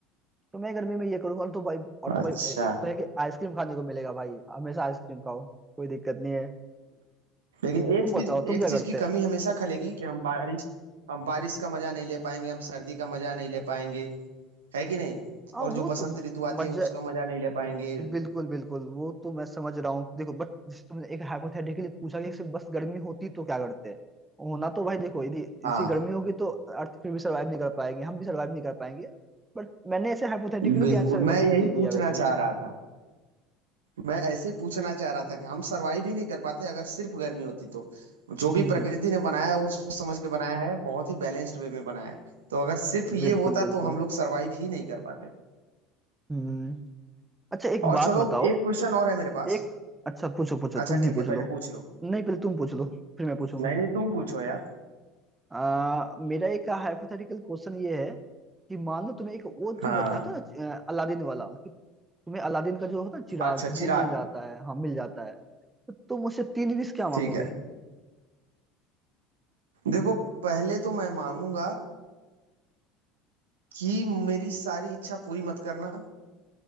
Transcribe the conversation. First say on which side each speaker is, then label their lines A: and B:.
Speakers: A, on the right; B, on the right.
A: तो मैं गर्मी में ये करूंगा और तो भाई और तो
B: अच्छा
A: भाई एक तो है कि आइसक्रीम खाने को मिलेगा भाई हमेशा आइसक्रीम खाओ कोई दिक्कत नहीं है
B: लेकिन एक
A: तुम
B: चीज
A: बताओ तुम
B: एक
A: क्या
B: चीज
A: करते
B: की कमी
A: हैं
B: हमेशा खलेगी कि हम बारिश हम बारिश का मजा नहीं ले पाएंगे हम सर्दी का मजा नहीं ले पाएंगे है कि नहीं
A: हाँ
B: और जो
A: वो
B: बसंत
A: तो
B: ऋतु आती
A: मजा
B: है उसका मजा नहीं ले पाएंगे
A: बिल्कुल बिल्कुल वो तो मैं समझ रहा हूँ देखो बट जिस तुमने एक हाइपोथेटिकली पूछा कि सिर्फ बस गर्मी होती तो क्या करते हैं होना तो भाई देखो यदि
B: हाँ
A: इसी गर्मी होगी तो अर्थ फिर भी सरवाइव नहीं कर पाएंगे हम भी सरवाइव नहीं कर पाएंगे बट मैंने ऐसे हाइपोथेटिकली
B: बिल्कुल
A: भी आंसर
B: मैं यही
A: दे दिया
B: पूछना
A: वैसे ही
B: चाह रहा था मैं ऐसे ही पूछना चाह रहा था कि हम सरवाइव ही नहीं कर पाते अगर सिर्फ गर्मी होती तो जो
A: हम्म
B: भी
A: हम्म,
B: प्रकृति ने बनाया है वो सोच समझ के बनाया है बहुत ही बैलेंस्ड वे में बनाया है तो अगर सिर्फ ये
A: बिल्कुल
B: होता
A: बिल्कुल
B: तो हम लोग सरवाइव ही नहीं कर पाते
A: हम्म अच्छा एक
B: और
A: बात
B: चलो
A: बताओ
B: एक क्वेश्चन और है मेरे पास
A: एक अच्छा पूछो पूछो
B: अच्छा
A: तुम ही
B: ठीक है
A: पूछ लो
B: पहले पूछ लो
A: नहीं पहले तुम पूछ लो फिर मैं पूछूंगा
B: नहीं नहीं तुम पूछो यार
A: आ, मेरा एक हाइपोथेटिकल क्वेश्चन ये है कि मान लो तुम्हें एक वो तुम
B: हाँ
A: जा- जानते हो ना अ, अलादीन वाला कि तुम्हें अलादीन का जो होता है ना चिराग
B: अच्छा चिराग
A: वो मिल जाता है हाँ मिल जाता है तो तुम मुझसे तीन विश क्या मांगोगे
B: ठीक है देखो पहले तो मैं मांगूंगा कि मेरी सारी इच्छा पूरी मत करना